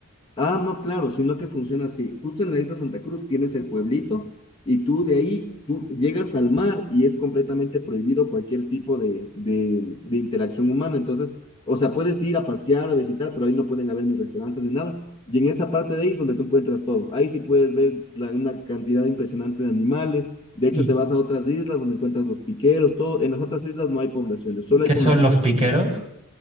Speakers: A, on the left; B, on the right.
A: Ah, no, claro, sino que funciona así. Justo en la isla Santa Cruz tienes el pueblito y tú de ahí, tú llegas al mar y es completamente prohibido cualquier tipo de, de, de interacción humana. Entonces, o sea, puedes ir a pasear, a visitar, pero ahí no pueden haber ni restaurantes ni nada. Y en esa parte de ahí es donde tú encuentras todo. Ahí sí puedes ver la- una cantidad impresionante de animales. De hecho,
B: ¿Y
A: te vas a otras islas donde encuentras los piqueros, todo. En las otras islas no hay poblaciones, solo
B: qué
A: hay poblaciones.
B: son los piqueros?